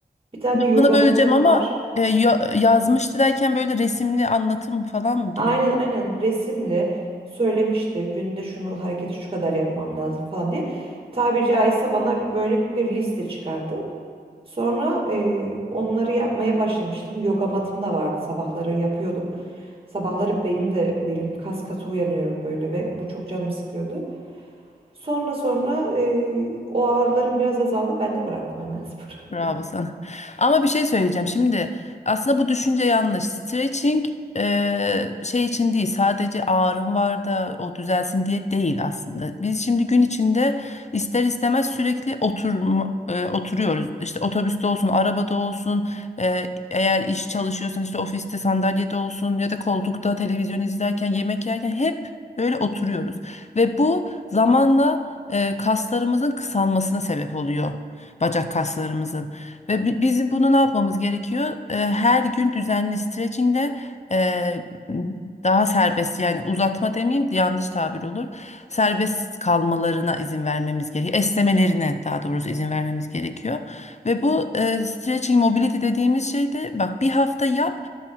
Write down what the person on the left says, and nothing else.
Lafını
böleceğim
ama
e, ya- yazmıştı derken böyle resimli anlatım falan mı gibi?
Bravo
sana. Ama bir şey söyleyeceğim. Şimdi aslında bu düşünce yanlış. Stretching eee, şey için değil. Sadece ağrım var da o düzelsin diye değil aslında. Biz şimdi gün içinde ister istemez sürekli oturma, eee, oturuyoruz. İşte otobüste olsun, arabada olsun, eee, eğer iş çalışıyorsan işte ofiste sandalyede olsun ya da koltukta televizyon izlerken, yemek yerken hep böyle oturuyoruz. Ve bu zamanla eee, kaslarımızın kısalmasına sebep oluyor bacak kaslarımızın. Ve bi- bizim bunu ne yapmamız gerekiyor? Ee, Her gün düzenli stretchingle e, daha serbest yani uzatma demeyeyim yanlış tabir olur. Serbest kalmalarına izin vermemiz gerekiyor. Esnemelerine daha doğrusu izin vermemiz gerekiyor. Ve bu e, stretching mobility dediğimiz şey de bak bir hafta yap